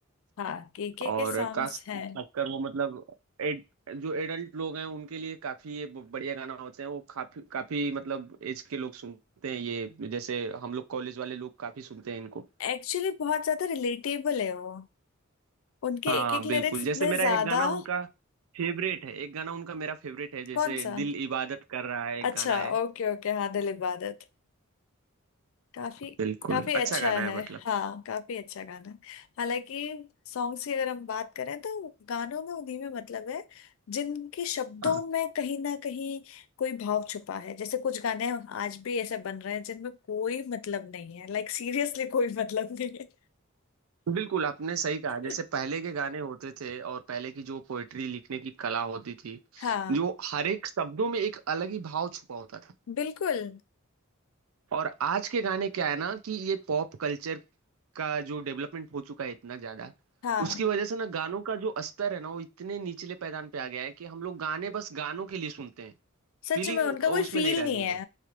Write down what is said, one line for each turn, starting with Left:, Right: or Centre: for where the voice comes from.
Left: हाँ केके
Right: और
Left: के सॉन्ग्स
Right: खास
Left: हैं
Right: खासकर वो मतलब एड, जो एडल्ट लोग हैं उनके लिए काफी ये ब- बढ़िया गाना होते हैं वो काफी काफी मतलब एज के लोग सुनते हैं ये जैसे हम लोग कॉलेज वाले लोग काफी सुनते हैं इनको
Left: एक्चुअली बहुत ज्यादा रिलेटेबल है वो उनके
Right: हाँ
Left: एक एक
Right: बिल्कुल
Left: लिरिक्स इतने
Right: जैसे मेरा
Left: ज्यादा
Right: एक गाना उनका फेवरेट है एक गाना उनका मेरा फेवरेट है जैसे
Left: कौन सा
Right: दिल इबादत कर रहा है एक
Left: अच्छा
Right: गाना है
Left: ओके ओके हाँ दिल इबादत काफी
Right: बिल्कुल
Left: काफी
Right: अच्छा
Left: अच्छा
Right: गाना है
Left: है
Right: मतलब
Left: हाँ काफी अच्छा गाना है हालांकि सॉन्ग्स की अगर हम बात करें तो गानों में उन्हीं में मतलब है जिनके शब्दों
Right: हाँ।
Left: में कहीं ना कहीं कोई भाव छुपा है जैसे कुछ गाने आज भी ऐसे बन रहे हैं जिनमें कोई मतलब नहीं है लाइक सीरियसली कोई मतलब नहीं है
Right: बिल्कुल आपने सही कहा
Left: <laughs>
Right: जैसे पहले के गाने होते थे और पहले की जो पोएट्री लिखने की कला होती थी
Left: हाँ
Right: जो हर एक शब्दों में एक अलग ही भाव छुपा होता था
Left: बिल्कुल
Right: और आज के गाने क्या है ना कि ये पॉप कल्चर का जो डेवलपमेंट हो चुका है इतना ज्यादा
Left: हाँ
Right: उसकी वजह से ना गानों का जो स्तर है ना वो इतने निचले पैदान पे आ गया है कि हम लोग गाने बस गानों के लिए सुनते हैं
Left: सच
Right: फीलिंग
Left: में उनका कोई
Right: उसमें
Left: फील
Right: नहीं रह
Left: नहीं
Right: गई
Left: है
Right: है